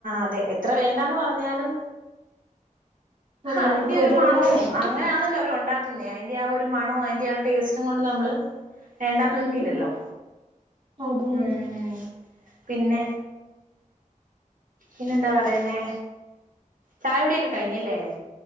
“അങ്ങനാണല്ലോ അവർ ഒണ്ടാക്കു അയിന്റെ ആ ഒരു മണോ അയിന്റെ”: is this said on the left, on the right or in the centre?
Right